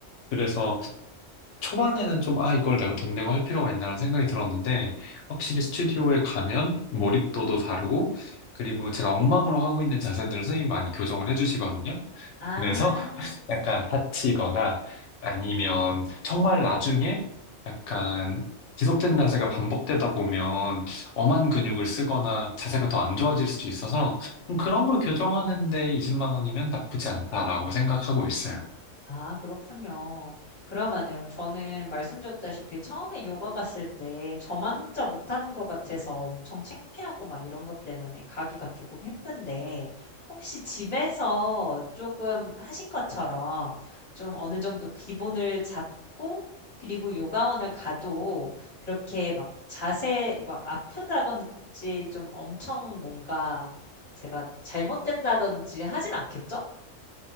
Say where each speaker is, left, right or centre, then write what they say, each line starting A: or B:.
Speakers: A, on the left; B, on the left.
A: 그래서 초반에는 좀, 아, 이걸 내가 돈 내고 할 필요가 있나라는 생각이 들었는데, 확실히 스튜디오에 가면 몰입도도 다르고, 그리고 제가 엉망으로 하고 있는 자세들을 선생님이 많이 교정을 해주시거든요.
B: 아.
A: 그래서 약간 다치거나 아니면 정말 나중에 약간 지속된 자세가 반복되다 보면 엄한 근육을 쓰거나 자세가 더 안 좋아질 수도 있어서 그런 걸 교정하는데 20만 원이면 나쁘지 않다라고 생각하고 있어요.
B: 아 그렇군요. 그러면은 저는 말씀드렸다시피 처음에 요가 갔을 때 저만 혼자 못하는 것 같아서 엄청 창피하고 막 이런 것 때문에 가기가 조금 힘든데 혹시 집에서 조금 하신 것처럼 좀 어느 정도 기본을 잡고 그리고 요가원을 가도 그렇게 막 자세 막 아픈다든지 좀 엄청 뭔가 제가 잘못된다든지 하진 않겠죠?